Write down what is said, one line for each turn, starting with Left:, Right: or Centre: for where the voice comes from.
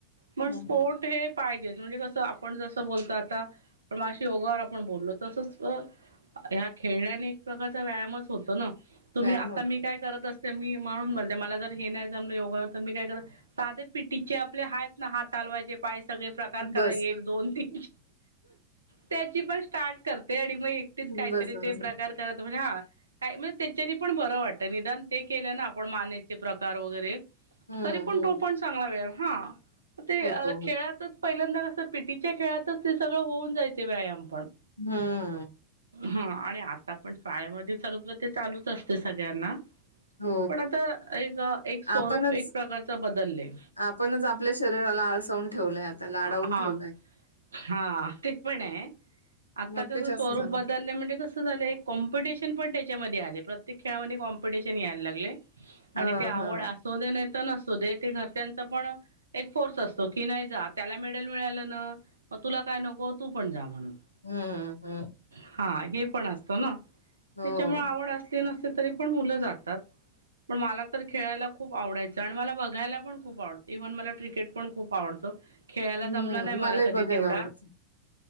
Right: मण
Left: हं,
Right: स्पोर्ट
Left: हं.
Right: हे पाहिजे म्हणजे कसं आपण जसं बोलतो आता. मगाशी ओगावर आपण बोललो तसंच! ह्या खेळण्याने एक प्रकारचा व्यायामच होतो ना तुम्ही
Left: व्यायाम
Right: आता
Left: होतो.
Right: मी काय करत अस, ते मी माणून म्हणते मला जर हे नाही जमलं योगा तर मी काय करत- साधे पिटीचे आपले हायत ना हातालवायचे पायसे, सगळे प्रकार करा
Left: बस.
Right: दोन तीन त्याची पण स्टार्ट आणि मग. न
Left: बस,
Right: काहीतरी
Left: बस.
Right: ते प्रकार करत म्हणजे हा का म्हणजे त्याच्यानी पण बरं वाटतं निदान- ते केले ना आपण मानेचे प्रकार वगैरे
Left: हं,
Right: तरी पण
Left: हं.
Right: तो पण चांगला वेळ हा. ते
Left: होतो.
Right: खेळातच पहिल्यांदा कसं पीटीच्या खेळातच ते सगळं होऊन जायचे व्यायाम पण,
Left: हम्म
Right: हा आणि आता पण शाळेमध्ये सगळं ते चालूच असते सगळ्यांना,
Left: हो.
Right: पण आता एक एक स्वरूप
Left: आपणच
Right: एक प्रकारच बदलले.
Left: आपणच आपल्या शरीराला आळसावून ठेवलंय आता लाडावून
Right: हा
Left: ठेवलंय.
Right: हा ते पण आहे आता
Left: मग
Right: कस
Left: ते जास्त
Right: स्वरूप
Left: जाणवत.
Right: बदलणे म्हणजे कस, कसं झालं कॉम्पीटेशन पण त्याच्यामध्ये आले प्रत्येक खेळामध्ये कॉम्पिटिशन यायला लागले. आणि
Left: हां,
Right: ते आवड
Left: हां.
Right: अस- असुदे नाही तर नसूदे ते घरच्यांचा पण एक फोर्स असतो कि नाही जात. त्याला मेडल मिळालं ना,, मग तुला काय नको, तू पण जा म्हणून. त्या
Left: हम्म हम्म.
Right: हा हे पण असतं ना,
Left: हो.
Right: त्याच्यामुळे आवड असली नसली तरी पण मुलं जातात. पण मला तर खेळायला खूप आवडायचं, आणि मला बघायला पण खूप अलग, इव्हन मला क्रिकेट पण खूप आवडतो,, खेळायला
Left: हं.
Right: जमला नाही मला
Left: मलाही
Right: कधी
Left: बघायला
Right: तेवढा,
Left: आवडतं.